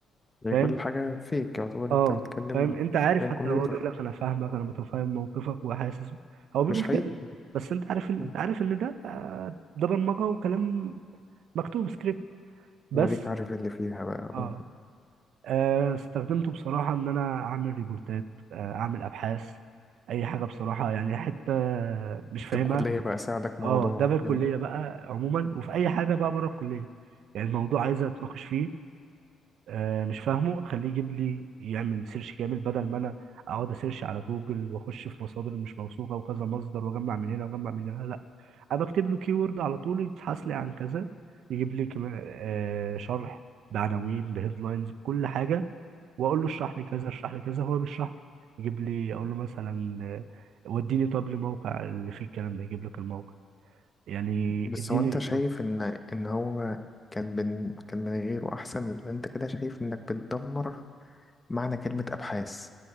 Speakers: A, on the right; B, on the left.
A: فاهم
B: هي كل حاجة فيك يعتبر
A: أه
B: أنت بتتكلم
A: فاهم أنت عارف
B: بين
A: حتى
B: كمبيوتر
A: لو هو بيقول لك أنا فاهمك أنا متفهم موقفك وحاسس هو بيقول
B: مش حقيقي
A: كده بس أنت عارف إن- أنت
B: مم.
A: عارف إن ده آه، ده برمجة وكلام مكتوب سكريبت بس
B: هديك عارف اللي فيها بقى
A: أه
B: آه.
A: آه، استخدمته بصراحة إن أنا أعمل ريبورتات آه، أعمل أبحاث أي حاجة بصراحة يعني حتة مش فاهمها
B: في الكلية بقى ساعدك موضوع
A: أه ده في الكلية
B: يلا
A: بقى عموما وفي أي حاجة بقى بره الكلية يعني الموضوع عايز أتناقش فيه آه، مش فاهمه أخليه يجيب لي يعمل سيرش كامل بدل ما أنا أقعد أسيرش على جوجل وأخش في مصادر مش موثوقة وكذا مصدر وأجمع من هنا وأجمع من هنا لأ أنا بكتب له كيورد على طول يبحث لي عن كذا يجيب لي كمان آه، شرح بعناوين بهيدلاينز بكل حاجة واقول له اشرح لي كذا اشرح لي كذا هو بيشرح لي يجيب لي اقول له مثلا آه، وديني طب لموقع اللي فيه الكلام ده يجيب لك الموقع يعني
B: بس
A: اديني
B: هو انت
A: ريبورت
B: شايف ان ان هو كان بن كان من غيره احسن اللي انت كده شايف انك بتدمر معنى كلمة ابحاث